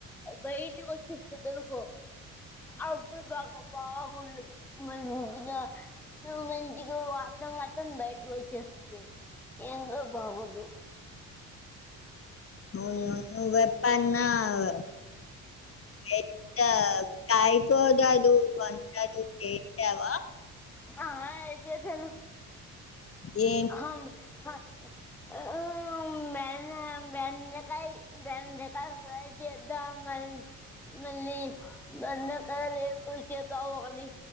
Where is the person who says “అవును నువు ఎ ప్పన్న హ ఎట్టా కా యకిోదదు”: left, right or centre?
Left